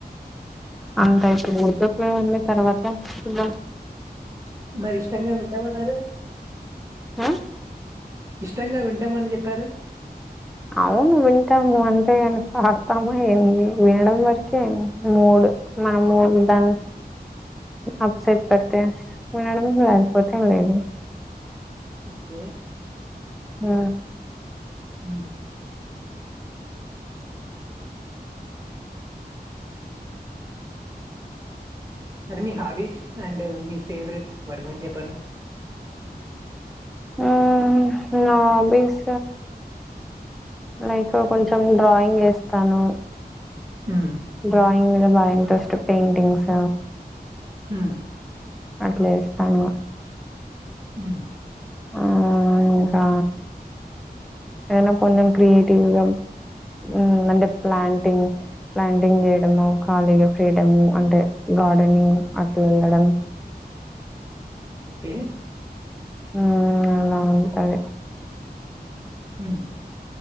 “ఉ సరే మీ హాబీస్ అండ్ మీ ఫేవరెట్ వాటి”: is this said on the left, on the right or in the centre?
Right